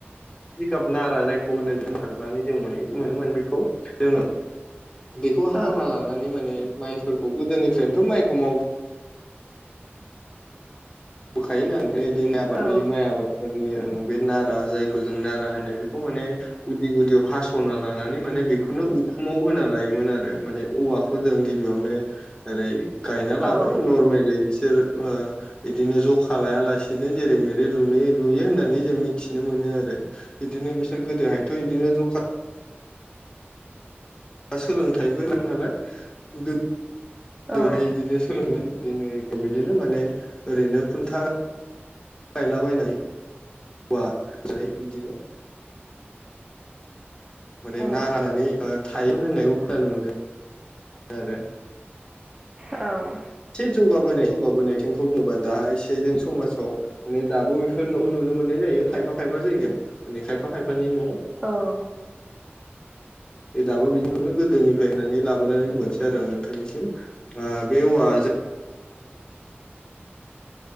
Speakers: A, on the left; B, on the right.
A: जिगाब नारा जायखौ होनो जों माइ खांनानै जों मोनो मोनोमोन बेखौ जोङो बेखौ हाना
B: औ
A: लानानै माने माइफोरखौ गोदोनिफ्रायनोथ' माइखौ माव होखायोना ओमफ्राय बे आबाद
B: औ
A: बे माइ आबादफोरनि बे नारा जायखौ जों नारा होनो बेखौ माने गुदि गुदियाव हास'ना लानानै माने बेखौनो उखुमाव होना लायोमोन आरो माने औवाखौ खौ जों गिबियावनो ओरै गायना लाबाय
B: औ
A: नरमेलै बिसोर बिदिनो जखा लायालासेनो जेरै मेरै लुनो लुयो होननानै जों मिथिनो मोनो आरो बिदिनो बिसोर गोदोहायथ' बिदिनो ज सोलोंथाइफोर नालाय गोदोहाय
B: औ
A: इदिनो सोलोङोमोन इदिनो बिदिनो माने ओरैनो खुनथा गायलाबायनाय औवाजोंहाय बिदिनो
B: औ
A: माने नारायनानै थायोमोन होननायखौ खोनानो मोनो आरो
B: औ
A: एसे जौगाबोनाय जौगाबोनाय बिथिंखौ बुङोबा दा एसे जों समाजाव माने दाबो बेफोर न'आव नुनो मोननाय जायो खायफा खायफा जायगायाव माने खायफा खायफानि न'आव
B: औ
A: बे दाबो बिदिनो गोदोनिफ्राय होननानै लाबोनानै बुंसै आरो आं नोंथांनिसिम बे औवाजों